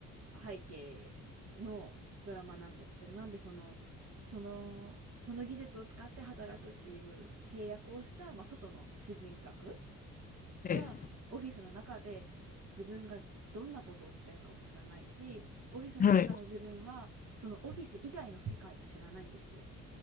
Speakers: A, on the right (about 55°); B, on the left (about 30°).
A: 背景のドラマなんですけど、なんでその、その、その技術を使って働くっていう契約をした、まあ、外の主人格はオフィスの中で自分がどんなことをしてるかを知らないし、
B: はい。
A: オフィスの中の自分はそのオフィス以外の世界を知らないんですよ。
B: はい。